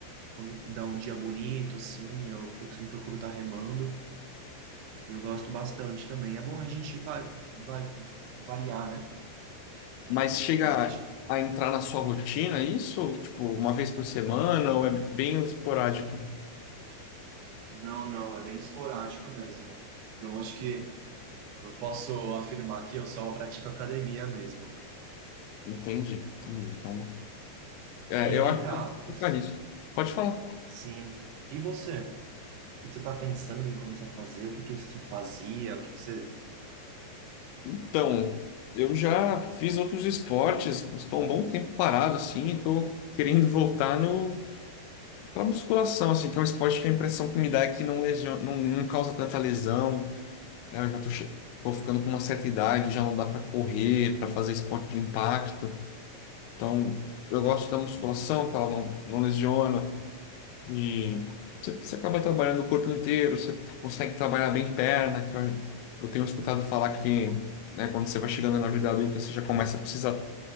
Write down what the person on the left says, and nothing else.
Mas
chega a entrar na sua rotina isso? Tipo, uma vez por semana ou é bem esporádico?
Entendi, entendi. Então, é,
eu
acho
que eu vou
ficar nisso. Pode falar.
Então, eu já fiz outros esportes, estou um bom tempo parado assim e tô querendo voltar no Pela musculação, assim, que é um esporte que a impressão que me dá é que não, lesio- não, não causa tanta lesão. né? Eu já tô, che- tô ficando com uma certa idade, já não dá para correr, para fazer esporte de impacto. Então, eu gosto da musculação, que ela não, não lesiona. E você, você acaba trabalhando o corpo inteiro, você consegue trabalhar bem perna, que eu, eu tenho escutado falar que, né, quando você vai chegando na vida adulta, você já começa a precisar